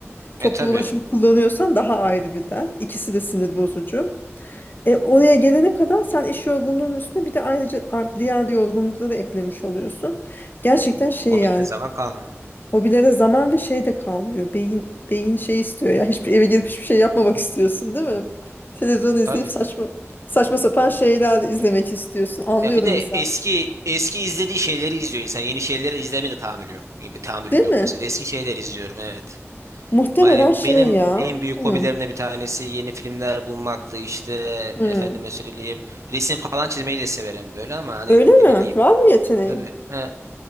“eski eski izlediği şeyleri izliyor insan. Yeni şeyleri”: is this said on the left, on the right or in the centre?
Right